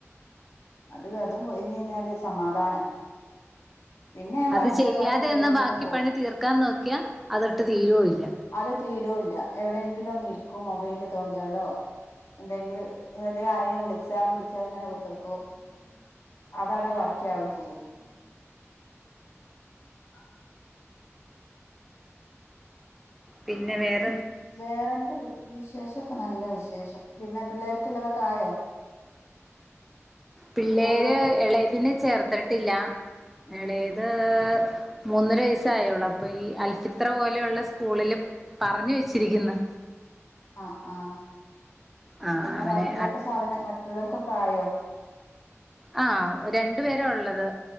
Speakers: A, on the left; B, in the centre.
A: അത് അതും കഴഞ്ഞ് കഴിഞ്ഞാല് സമാധാന പിന്നെ ഞാൻ
B: അത്
A: ബാക്കിയുള്ള
B: ചെയ്യാതെ
A: പണിയൊക്കെ കഴിഞ്ഞിട്ടേ
B: എന്ന ബാക്കിപ്പണി
A: പോളൂ
B: തീർക്കാൻ നോക്കിയാ അതൊട്ട് തീരുക ഇല്ല
A: അത് തീരൂല്ല എവിടെയെങ്കിലും ഒന്ന് ഇരിക്കൂ മൊബൈലിൽ തോണ്ടിയോണ്ടോ എന്തെങ്കിലും അല്ല ആരെങ്കിലും വിളിച്ചാ വിളിച്ചാ അങ്ങനെ ത്രക്കോ അത് അവിടെ വക്കിയാവയും ചെയ്യും ആ <inaudible>
B: പിന്നെ വേറെ
A: വേറെ എന്ത്‌ വിശേഷമൊക്കെ നല്ല വിശേഷം പിന്നെ പിള്ളേർക്കുള്ളതൊക്കെ ആയോ
B: പിള്ളേര്
A: സ്കൂളിലുള്ള
B: എളേയ്തിനേ ചേർത്തിട്ടില്ല
A: ഉം
B: എളേ ത് മൂന്നര വയസായുള്ളു അപ്പൊ ഈ അൽഫിത്ര പോലെയുള്ള സ്കൂളില് പറഞ്ഞു വെച്ചിരിക്കുന്ന്
A: ആഹ് ആഹ്
B: ആ
A: പിന്നെ
B: അവനെ
A: ബാക്കിയുള്ളൊക്കെ സാധനം മറ്റുള്ളവർക്കൊക്കെ ആയോ
B: ആഹ് രണ്ടു പേരാ ഉള്ളത്